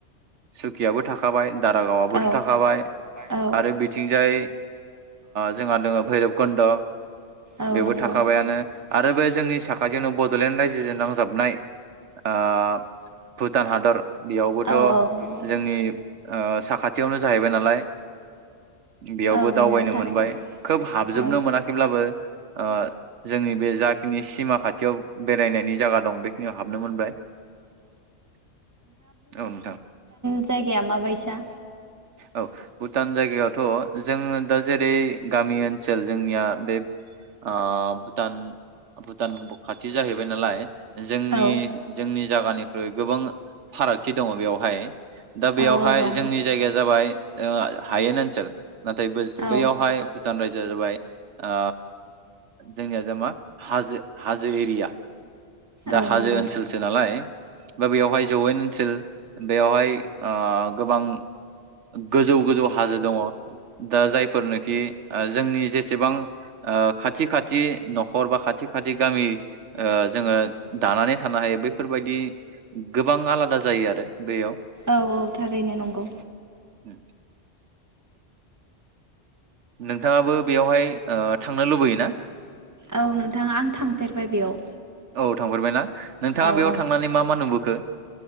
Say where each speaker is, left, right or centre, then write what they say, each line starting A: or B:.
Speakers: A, on the right; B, on the right.
A: सुखियाबो थाखाबाय। दारागावआबोथ'थाखाबाय
B: औ औ
A: आरो बिदि जाय जोंहा दोङो भैरब कुन्द'।
B: औ
A: बेबो
B: नंगौ
A: थाखाबायानो आरो बे जोंनि साखाथियावनो बड'लेण्ड रायजोजों नांजाबनाय ओ भुटान हाद दर बेयावबोथ'
B: औ औ नंगौ
A: जोंनि ओ साखाथियावनो जाहैबाय नालाय। बेयावबो
B: औ
A: दावबायनो
B: नंगौ थारैनो
A: मोनबाय खोब हाबजोबनो
B: औ
A: मोनाखैब्लाबो ओ जोंनि बे जा बे सिमा खाथियाव बेरायनायनि जायगा दं बेखिनियाव हाबनो मोनबाय औ नोंथां।
B: जाय गायाया माबायसा?
A: औ भुटान जायगायावथ' जोङो दा जेरै गामि ओनसोल जोंनिया बे ओ भुटान भुटान खाथि जाहैबाय नालाय। जोंनि
B: औ
A: जोंनि जागानि ओमफ्राय गोबां फारागथि दङ बेवहाय। दा बेयावहाय
B: औ औ दं
A: जोंनि जायगाया जाबाय ओ हायेन ओनसोल नाथाय बोज बैयावहाय
B: औ
A: भुटान रायजोआ जाबाय ओ जोंनिया जा मा हाजो हाजो एरिया दा
B: औ
A: हाजो
B: नंगौ
A: ओनसोलसो नालाय। बा बेयावहाय जौयेन ओनसोल बेवहाय ओ गोबां गोजौ गोजौ हाजो दङ दा जायफोरनोखि ओ जोंनि जेसेबां ओ खाथि खाथि न'खर बा खाथि खाथि ओ गामि जोङो दानानै थानो हायो बैफोरबायदि गोबां आलादा जायो आरो बेयाव
B: औ थारैनो नंगौ
A: उम। नोंथाङाबो बेयावहाय ओ थांनो लुबैयो ना?
B: औ नोंथाङा आं थांफेरबाय बेयाव।
A: औ थांफेरबायना नोंथाङा
B: औ
A: बेयाव
B: औ
A: थांनानै मा मा नुबोखो?